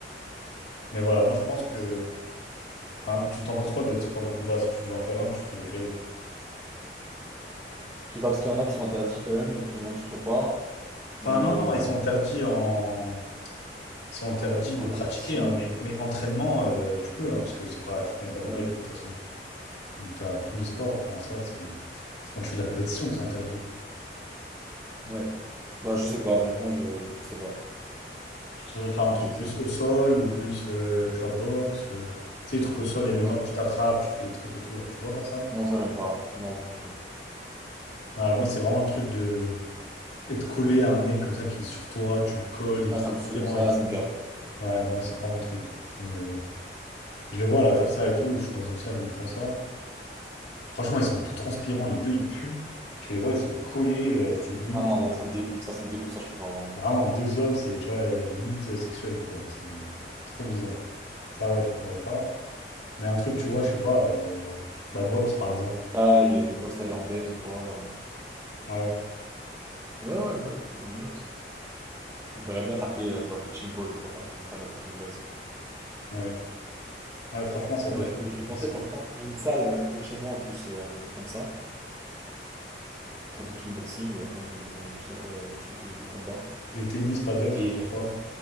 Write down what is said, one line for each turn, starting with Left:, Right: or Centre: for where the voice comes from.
Left: Mais voilà, moi je pense
Right: C'est
Left: que. Enfin, tu t'en penses quoi des sports de combat? Si tu devais en faire un, tu ferais lequel?
Right: Je sais pas, parce qu'il y en a qui sont interdits quand même, donc il y en a que je ferai pas.
Left: Enfin,
Right: Mais
Left: non,
Right: euh,
Left: non, ils sont interdits en. Ils sont interdits
Right: en
Left: de pratiquer,
Right: compétition,
Left: hein, mais, mais entraînement, euh, tu peux, hein, parce que c'est pas, tu te mets pas des
Right: ouais,
Left: vrais coups de toute façon. Donc, tu as tous les sports, enfin, ça, c'est c'est quand tu fais de la compétition que c'est interdit.
Right: ouais. Bah, je sais pas, honnêtement, je, je sais pas.
Left: Tu devrais faire un
Right: Donc
Left: truc
Right: j'essaye.
Left: plus au sol ou plus, euh, tu vois, boxe. euh. Tu sais, les trucs au sol,
Right: J'ai
Left: MMA
Right: pas du
Left: où tu
Right: tout.
Left: t'attrapes, tu fais les trucs et tout, là. Tu dois faire ça.
Right: Non, ça, j'aime pas. Non, du tout.
Left: Ouais, moi, c'est vraiment le truc de être collé à un mec comme ça qui est sur toi, tu le colles, il
Right: Ouais,
Left: est transpirant
Right: ça me saoule, ça,
Left: et tout.
Right: ça me gave.
Left: Ouais, moi, c'est pas mon truc. Ça me... Je les vois là faire ça et tout. Je suis dans une salle où ils font ça. Franchement, ils sont tout transpirants. Les deux, ils puent. Tu les vois, ils sont collés. euh, c'est limite.
Right: Ah non,
Left: euh,
Right: non, ça me dégoûte, ça, ça me dégoûte, ça, je peux pas vraiment.
Left: vraiment, deux hommes, c'est, tu vois, euh, limite euh, sexuel, quoi. C'est trop bizarre. Ça, ouais, je pourrais pas. Mais un truc, tu vois, je sais pas, euh, bah, boxe par exemple.
Right: Thaï, euh, boxe thaïlandaise ou quoi. ou-
Left: Ouais,
Right: Ouais, ouais, ouais, pour une autre. Je me verrais bien taper euh, dans un punching ball ou quoi, par exemple, faire de la boxe anglaise.
Left: ouais. Ouais, franchement, ça
Right: Ouais,
Left: défoule.
Right: bah, j'ai tenté
Left: Moi, ça-
Right: il y a pas longtemps. J'ai une salle à côté de chez moi en plus euh, de comme ça, une salle de kickboxing où il y a plein de, ils font plusieurs euh, types de, de combats.
Left: Et tennis, paddle,
Right: Et
Left: t'en penses quoi?